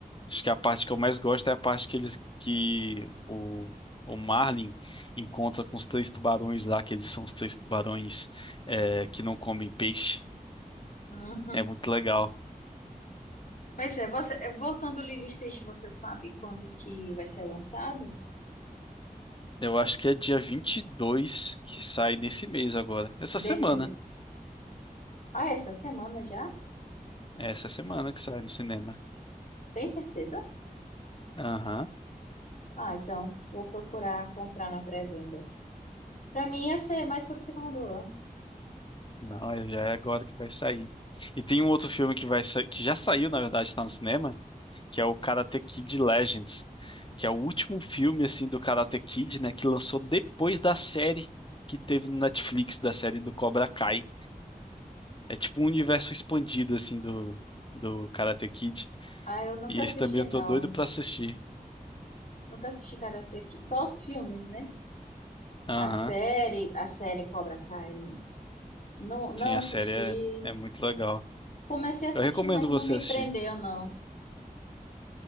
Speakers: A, on the left (about 35°); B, on the left (about 55°).
A: Acho que a parte que eu mais gosto é a parte que eles que o, o Marlin encontra com os três tubarões lá, que eles são os três tubarões é, que não comem peixe.
B: Uhum.
A: É muito legal.
B: Pois é, você, eh, voltando Lilo e Stitch, você sabe quando que vai ser lançado?
A: Eu acho que é dia 22 que sai nesse mês agora. Essa
B: Desse,
A: semana.
B: me- ah, essa semana já?
A: É essa semana que sai no cinema.
B: Tem certeza?
A: Aham.
B: Ah, então vou procurar comprar na pré-venda. Pra mim ia ser mais pro final do ano.
A: Não, é- já é agora que vai sair. E tem um outro filme que vai sa- que já saiu, na verdade, está no cinema, que é o Karate Kid Legends, que é o último filme assim do Karate Kid, né, que lançou depois da série que teve no Netflix, da série do Cobra Kai. É tipo um universo expandido assim do do Karate Kid.
B: Ah, eu nunca
A: E esse
B: assisti
A: também eu
B: não.
A: tô doido pra assistir.
B: Nunca assisti Karate Kid. Só os filmes, né?
A: Aham.
B: A série, a série Cobra Kai. né? Não, não
A: Sim,
B: assisti.
A: a série é, é muito legal.
B: Comecei a assistir,
A: Eu recomendo
B: mas
A: você
B: não me
A: assistir,
B: prendeu, não.